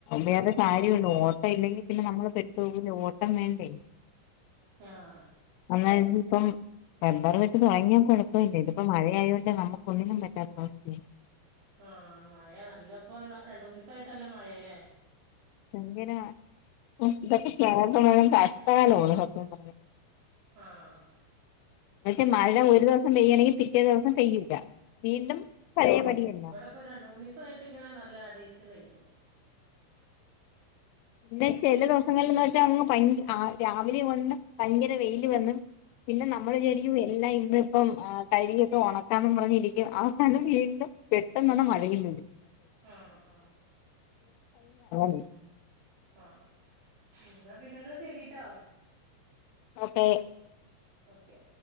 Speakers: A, on the left; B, on the right.
A: വേറൊരു കാര്യവൊണ്ട് ഓട്ടം ഇല്ലെങ്കി പിന്നെ നമ്മള് പെട്ടു പോകൂല്ലേ ഓട്ടം വേണ്ടേ
B: ആഹ്
A: അന്നായിര്ന്നിപ്പം റബ്ബറ് വെട്ട് തൊടങ്ങിയാ കൊഴപ്പവില്ല ഇതിപ്പ മഴയായോണ്ട് നമ്മ ഒന്നിനും പറ്റാത്ത അവസ്ഥയായി
B: ആഹ് മഴയ നല്ലപ്പോ രണ്ട്മൂന്നീസായിട്ട് നല്ല മഴയാല്ലേ.
A: എന്തിനാ ഓഹ് ഇതൊക്കെ <unintelligible> കഷ്ടകാലോണ് സത്യം പറഞ്ഞ
B: ആഹ്
A: എന്ന് വെച്ച മഴ ഒരു ദിവസം പെയ്യാണെങ്കി പിറ്റേ ദിവസം പെയ്യൂല്ല വീണ്ടും പഴയ പടി തന്ന
B: ഇപ്പോ രണ്ട് മൂന്നീസായിട്ട് ഇങ്ങനെ നല്ല അടിയിച്ച് പെയ്തു.
A: പിന്നെ ചില ദിവസങ്ങളിൽന്ന് വെച്ചാ അങ്ങ് ഭയങ്ക അഹ് രാവിലെ വന്ന് ഭയങ്കര വെയില് വന്ന് പിന്നെ നമ്മള് വിചാരിക്കും എല്ലാ ഇന്ന് ഇപ്പം അഹ് കഴുകിയൊക്കെ ഒണക്കാന്ന് പറഞ്ഞിരിക്കും അവസാനം വീണ്ടും പെട്ടെന്നാണ് മഴയും
B: ആഹ് ആഹ്
A: <unintelligible>
B: ആഹ് അഹ് എന്നാ പിന്നെ എന്നാ ശരീട്ടോ.
A: Okay
B: okay okay